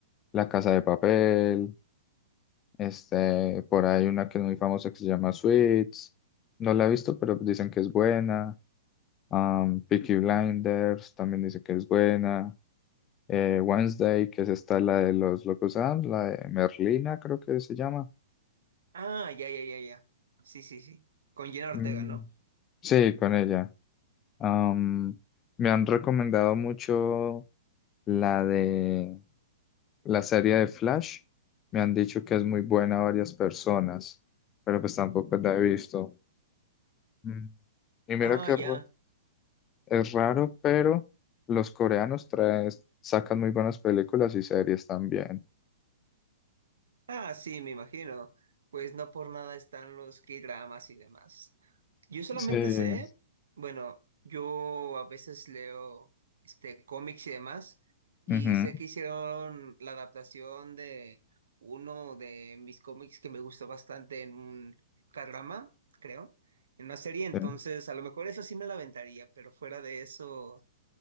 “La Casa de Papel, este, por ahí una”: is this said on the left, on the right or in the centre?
Left